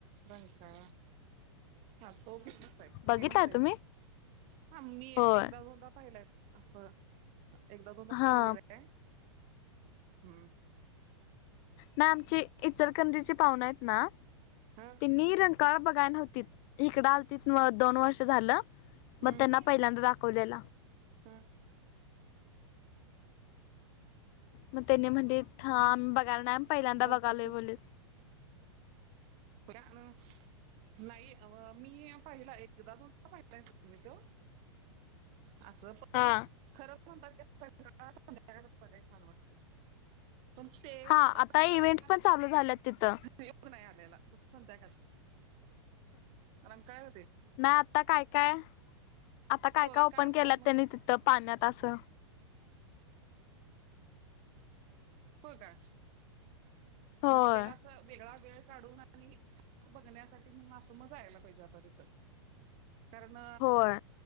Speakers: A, on the right; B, on the left.
A: बां का. हा तो फेमस आहे
B: बघितलाय
A: फेमस आहे
B: तुम्ही
A: हा मी
B: होय
A: एकदा दोनदा पाहिलाय. असं एकदा दोन तास
B: हा
A: राहिले र हम्म.
B: नाही आमची इतरकंदीची पाहुणं आहेत ना.
A: हा
B: त नि रंकाळ बघाय नव्हती इकडं आलतीत म दोन वर्ष झालं.
A: हम्म
B: मग त्यांना पहिल्यांदा दाखवलेला.
A: हा.
B: मग त्यांनी म्हटली आम्ही बघायला नाही पहिल्यांदा
A: बघ
B: बघालोय बोललीत.
A: होण. नाही मी पाहिला एकदा दोनदा पाहिलाय तुम्ही तो. असं. पण
B: हा
A: खरं म्हणतात की छान वाटत पण. ते
B: हा
A: तसं
B: आता
A: बघायला
B: इव्हेंट पण चालू झाल्यात तिथं.
A: योग नाही आलेलाध्याका मंग काय होते.
B: नाही आता काय काय आता काय
A: होय
B: काय ओपन
A: असतात
B: केलंत
A: मग
B: त्यांनी तिथं पाण्यात असं.
A: हो का
B: होय
A: मग त्याला वेगळा वेळ काढ. आणि खास बघण्यासाठी मग असं मजा यायला पाहिजे आता तिथं. कारण
B: होय